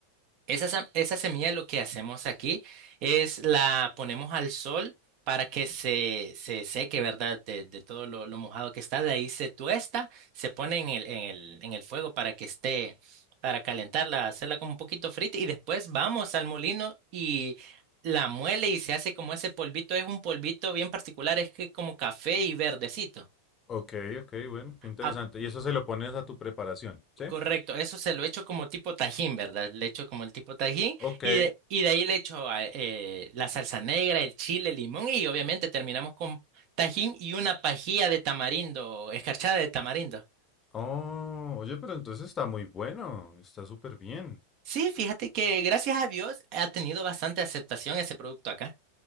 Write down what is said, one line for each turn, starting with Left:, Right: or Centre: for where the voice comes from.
Right: esa, sa- esa semilla lo que hacemos aquí es la ponemos al sol para que se, se seque, ¿verdad? De, de todo lo, lo mojado que está. De ahí se tuesta, se pone en el, en el, en el fuego para que esté, para calentarla, hacerla como un poquito frita y después vamos al molino y la muele y se hace como ese polvito. Es un polvito bien particular, es que como café y verdecito.
Left: Ok, ok, bueno, qué interesante.
Right: Ah,
Left: Y eso se lo pones a tu preparación, ¿sí?
Right: Correcto, eso se lo echo como tipo tajín, ¿verdad? Le echo como el tipo tajín
Left: Ok.
Right: y de, y de ahí le echo a- eh, la salsa negra, el chile, el limón y obviamente terminamos con tajín y una pajilla de tamarindo, escarchada de tamarindo.
Left: Oh, oye, pero entonces está muy bueno, está súper bien.
Right: Sí, fíjate que gracias a Dios ha tenido bastante aceptación ese producto acá.